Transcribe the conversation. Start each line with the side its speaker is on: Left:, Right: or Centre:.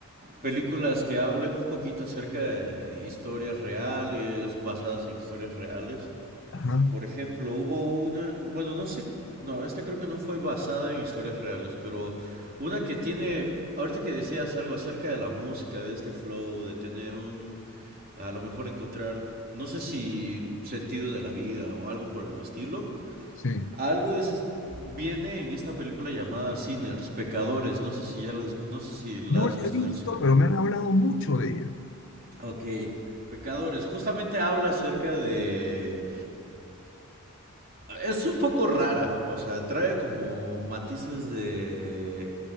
Right: películas que hablen un poquito acerca de historias reales, basadas en historias reales.
Left: Ajá,
Right: Por ejemplo, hubo una, bueno, no sé, no, esta creo que no fue basada en historias reales, pero una que tiene, ahorita que decías algo acerca de la música, de este flow, de tener un, a lo mejor encontrar, no sé si sentidos de la vida o algo por el estilo.
Left: sí.
Right: Algo de ese viene en esta película llamada Sinners, Pecadores. No sé si ya las, no sé si la
Left: No
Right: has
Left: la
Right: visto
Left: he visto,
Right: en el cine.
Left: pero me han hablado mucho de ella.
Right: Ok. Pecadores, justamente habla acerca de... Es un poco rara, o sea, trae como matices de